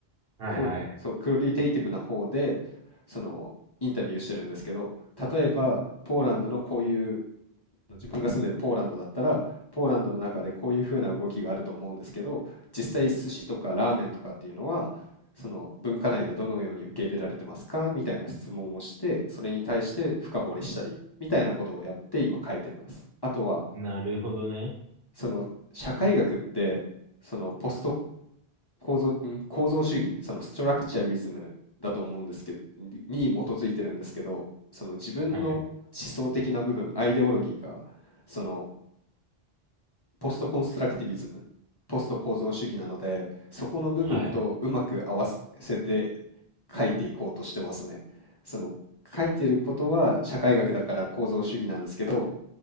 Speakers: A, on the right; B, on the left.
A: はい、
B: クオリそうクオリテイティブな方でそのインタビューしてるんですけど、
A: はい。
B: 例えばポーランドのこういう自分が住んでるポーランドだったら、ポーランドの中でこういうふうな動きがあると思うんですけど、実際寿司とかラーメンとかっていうのは、その文化内でどのように受け入れられてますかみたいな質問をして、それに対して深掘りしたり、みたいなことをやって今書いてます。あとは、
A: なるほどね。
B: その社会学って、そのポスト構造、ん構造主義、そのストラクチャリズムだと思うんですけど、にに基づいてるんですけど、その自分の思想的な部分、
A: はい。
B: アイデオロギーが、そのポストコンストラクティビズム、ポスト構造主義なので、そこの部分とうまく合わせて
A: はい。
B: 書いていこうとしてますね。その書いてることは社会学だから構造主義なんですけど、